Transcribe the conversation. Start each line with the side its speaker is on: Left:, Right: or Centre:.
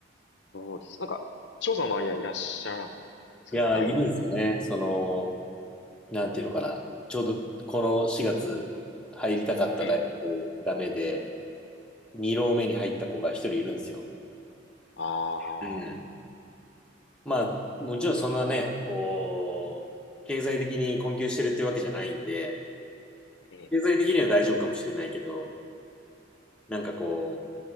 Left: そうです。なんか、翔さんの周りはいらっしゃらなかったですか大学。
Centre: いやー、いるんですよね。その、なんていうのかな。ちょうどこの4月入りたかった大学ダメで、
Left: ええ。
Centre: 2浪目に入った子が1人いるんですよ。
Left: ええああ、
Centre: うん。まあ、もちろんそんなね、こう、経済的に困窮してるってわけじゃないんで、
Left: ええ。
Centre: 経済的には大丈夫かもしれないけど、なんかこう、